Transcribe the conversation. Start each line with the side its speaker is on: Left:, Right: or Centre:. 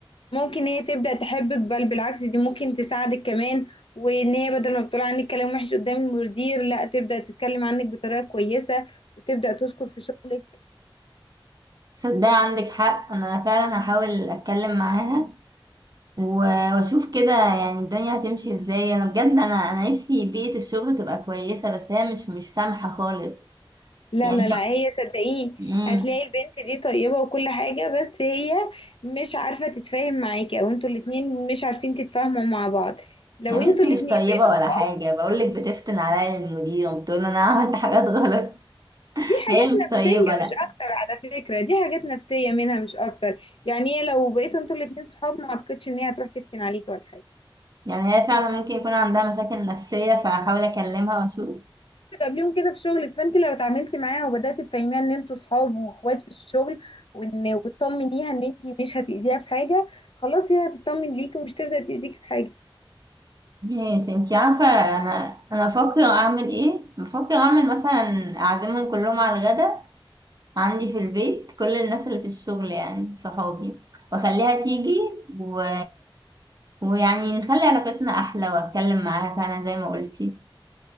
Left: ممكن هي تبدأ تحبك بل بالعكس دي ممكن تساعدك كمان وان هي بدل ما بتقول عنك كلام وحش قدام المدير لا تبدأ تتكلم عنك بطريقة كويسة وتبدأ تشكر في شغلك
Right: صدقي عندك حق انا فعلا هحاول اتكلم معاها و- واشوف كده يعني الدنيا هتمشي ازاي انا بجد انا انا نفسي بيئة الشغل تبقى كويسة بس هي مش مش سامحة خالص
Left: لا
Right: يعني
Left: لا
Right: كم
Left: لا هي صدقيني
Right: امم
Left: هتلاقي البنت دي طيبة وكل حاجة بس هي مش عارفة تتفاهم معاكي او انتوا الاتنين مش عارفين تتفاهموا مع بعض لو
Right: يا بنتي
Left: انتوا الاتنين
Right: مش طيبة
Left: بقيتوا
Right: ولا
Left: صحاب
Right: حاجة بقولك بتفتن عليا المدير وبتقول انا عملت حاجات غلط
Left: دي حاجات
Right: <laughs> هي مش
Left: نفسية
Right: طيبة لا
Left: مش أكتر على فكرة دي حاجات نفسية منها مش أكتر يعني هي لو بقيتوا انتوا الاتنين صحاب ما أعتقدش إن هي هتروح تفتن عليكي ولا حاجة
Right: يعني هي فعلا ممكن يكون عندها مشاكل نفسية فهحاول اكلمها واشوف
Left: قبليهم كده في شغلك فانت لو اتعاملتي معاها وبداتي تفهميها ان انتوا صحاب واخوات في الشغل وان وتطمنيها ان انت مش هتاذيها في حاجه خلاص هي هتطمن ليكي ومش تبدا تاذيكي في حاجه
Right: ماشي انتي عارفة انا انا بفكر اعمل ايه بفكر اعمل مثلا اعزمهم كلهم على الغدا عندي في البيت كل الناس اللي في الشغل يعني صحابي واخليها تيجي و... ويعني نخلي علاقتنا احلى واتكلم معاها فعلا زي ما قلتي